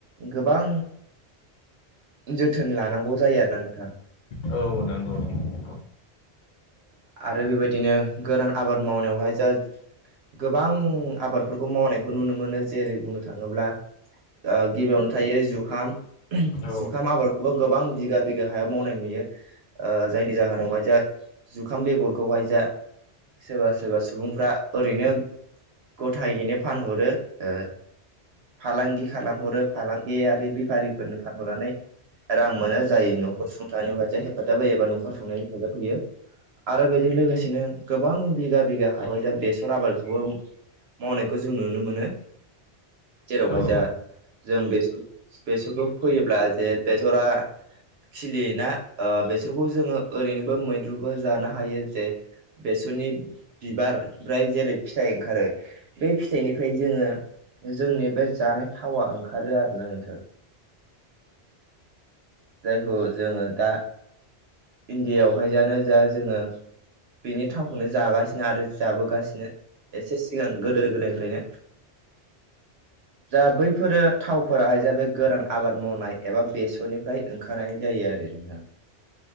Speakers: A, on the right (about 70°); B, on the left (about 50°).
A: गोबां जोथोन लानांगौ जायो आरोना नोंथां।
B: औ नंगौ नंगौ नंगौ
A: आरो बेबायदिनो गोरान आबाद मावनायावहाय जा गोबां आबादफोरखौ मावनायखौ नुनो मोनो जेरै बुंनो थाङोब्ला ओ गिबियावनो थायो जुखाम
B: औ
A: जुखाम आबादखौबो गोबां बिगा बिगा हायाव मावनाय नुयो। ओ जायनि जाहोनावहाय जा जुखाम बेगरखौहाय जा सोरबा सोरबा सुबुंफ्रा ओरैनो गथायैनो फानहरो ओ फालांगि खालामहरो फालांगियारि बेफारिफोरनो फानहरनानै रां मोना जायो न'खर सुंथानायावहाय जाय हेफाजाब होयो एबा न'खर संनाय हेफाजाब होयो। आरो बेजों लोगोसेनो गोबां बिगा बिगा हाबाय जा बेसर आबादखौबो मावनायखौ जों नुनो मोनो जेरावहाय
B: औ
A: जा जों बेसर बेसरखौ फैयोब्ला जे बेसरा खिलियो ना ओ बेसरखौ जोङो ओरैनोबो मैद्रुबो जानो हायो जे बे सर बिसोरनि बिबार फ्राय जेरै फिथाइ ओंखारो बे फिथाइनिफ्राय जोङो जोंनि बे जानाय थावा ओंखारो आरोना नोंथां। जायखौ जोङो दा इण्डियावहाय जानो जा जोङो। बेनि थावखौनो जागासिनो आरो जाबोगासिनो एसे सिगां गोदो गोदायनिफ्रायनो जा बैफोरो थावफोराहाय जा बे गोरान आबाद मावनाय एबा बेसरनिफ्राय ओंखारनाय जायो। आरो ना नोंथां।